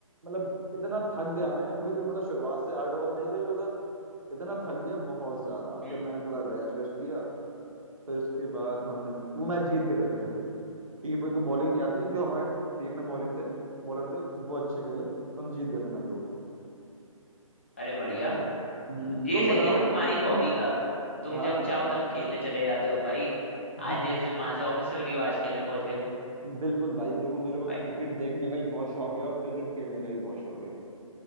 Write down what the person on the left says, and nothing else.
हम्म
अरे बढ़िया
ये
सही
है तुम्हारी हॉबी का तुम
जब चाहो तब खेलने चले जाते हो भाई
आज जैसे वहां से ऑफिस से फ्री हो आज खेलने पहुंच गए
भाई